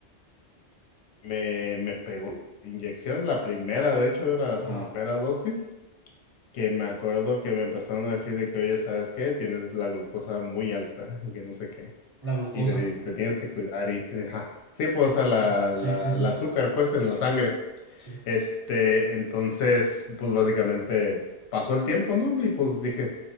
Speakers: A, on the left (about 75°); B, on the right (about 20°).
A: me, me pegó inyección, la primera, de hecho, era la
B: Ajá.
A: primera dosis. que me acuerdo que me empezaron a decir de que, oye, ¿sabes qué? Tienes la glucosa muy alta y que no sé qué.
B: La glucosa.
A: Y te, te tienes que cuidar y, ajá. Sí, pues,
B: Ah,
A: a la,
B: ok. Sí,
A: la,
B: sí, sí.
A: la azúcar, pues, en
B: Claro,
A: la sangre.
B: sí.
A: Este, entonces, pues básicamente pasó el tiempo, ¿no? Y pues dije,